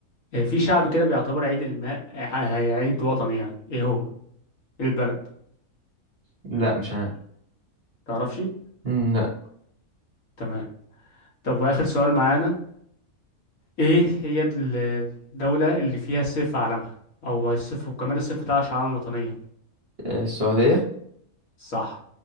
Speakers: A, on the left (about 65°); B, on the right (about 45°).
A: آه في شعب كده بيعتبر عيد الماء ع- ع- عيد وطني يعني ايه هو إيه البلد
B: لا مش عارف
A: تعرفش
B: مم، لا
A: تمام طب واخر سؤال معانا ايه هي الدولة اللي فيها السيف في علمها او السيف وكمان السيف بتاعها شعارا وطنيا
B: آه، السعوديه
A: صح